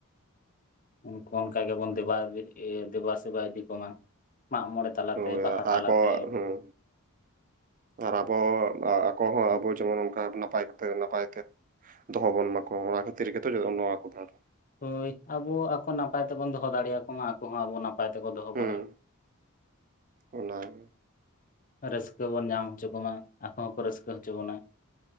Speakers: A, on the left (about 40°); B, on the right (about 35°).
A: ᱩᱱᱠᱩ ᱚᱱᱠᱟ ᱜᱮᱵᱚᱱ ᱫᱮᱵᱟ ᱤᱭᱟᱹ ᱫᱮᱵᱟ ᱥᱮᱵᱟ ᱤᱫᱤ ᱠᱚᱢᱟ ᱢᱟᱜ ᱢᱚᱲᱮ ᱛᱟᱞᱟ ᱛᱮ
B: ᱦᱳᱭ
A: ᱵᱟᱦᱟ ᱛᱟᱞᱟ
B: ᱟᱠᱚ
A: ᱛᱮ᱾
B: ᱦᱮᱸ ᱟᱨ ᱟᱵᱚ ᱟᱠᱚ ᱦᱚᱸ ᱟᱵᱚ ᱡᱮᱢᱚᱱ ᱚᱱᱠᱟ ᱱᱟᱯᱟᱭᱠᱟᱛᱮ ᱱᱟᱯᱟᱭ ᱛᱮ, ᱫᱚᱦᱚ ᱵᱚᱱ ᱢᱟᱠᱚ ᱚᱱᱟ ᱠᱷᱟᱛᱤᱨ ᱜᱮᱛᱚ ᱱᱚᱣᱟ ᱠᱚ ᱠᱟᱛᱷᱟᱴᱟᱜ᱾
A: ᱦᱳᱭ ᱟᱵᱚ ᱟᱠᱚ ᱱᱟᱯᱟᱭ ᱛᱮᱵᱚᱱ ᱫᱚᱦᱚ ᱫᱟᱲᱮᱭᱟᱠᱚ ᱢᱟ, ᱟᱠᱚ ᱦᱚᱸ ᱟᱵᱚ ᱱᱟᱯᱟᱭ ᱛᱮᱠᱚ ᱫᱚᱦᱚ
B: ᱦᱮᱸ
A: ᱵᱚᱱᱟ᱾
B: ᱚᱱᱟ ᱜᱮ᱾
A: ᱨᱟᱹᱥᱠᱟᱹ ᱵᱚᱱ ᱧᱟᱢ ᱦᱚᱪᱚ ᱠᱚᱢᱟ, ᱟᱠᱚ ᱦᱚᱸᱠᱚ ᱨᱟᱹᱥᱠᱟᱹ ᱦᱚᱪᱚ ᱵᱚᱱᱟ᱾